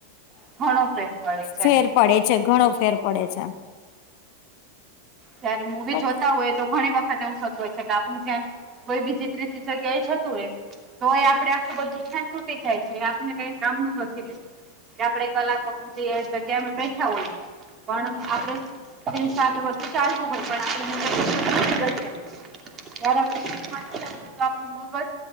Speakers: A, on the right; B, on the left.
A: ઘણો ફેર પડે છે.
B: ફેર પડે છે ઘણો ફેર પડે છે.
A: જયારે મુવી
B: પણ
A: જોતા હોય તો ઘણી વખત એવું થતું હોય છે કે આપણું ધ્યાન કોઈ બીજી ત્રીજી જગ્યા એ થતું રે તો એ આપણે આખું બધું ધ્યાન તૂટી જાય છે એ આપણને કઈ કામનું નથી રેતું કે આપડે કલાકો સુધી એ જગ્યા બેઠા હોય પણ આપડે તાર ને બધું ચાલતું હોય પણ આપડે <unintelligible> જારે <unintelligible> હો તો આપણું મગજ